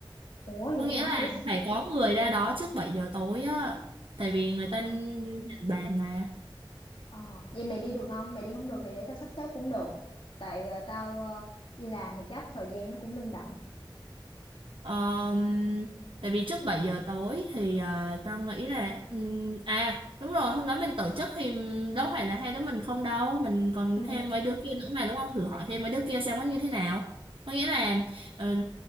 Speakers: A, on the left (about 75°); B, on the right (about 75°).
A: Ủa vậy
B: có nghĩa
A: hả?
B: là
A: Ủa, s-
B: phải có người ra đó trước 7 giờ tối á tại vì người ta
A: ờ,
B: nhận bàn mà
A: ờ. Vậy mày đi được không? Mày đi không được thì để tao sắp xếp cũng được. Tại ờ, tao ờ, đi làm thì chắc thời gian nó cũng linh động.
B: Ờm, tại vì trước 7 giờ tối thì ờ, tao nghĩ là ừm, à đúng rồi hôm đó mình tổ chức thì ừm, đâu phải là hai đứa mình không đâu mình còn
A: Ừ.
B: thêm mấy đứa kia nữa mà đúng không thử hỏi thêm mấy đứa kia xem nó như thế nào có nghĩa là ừm,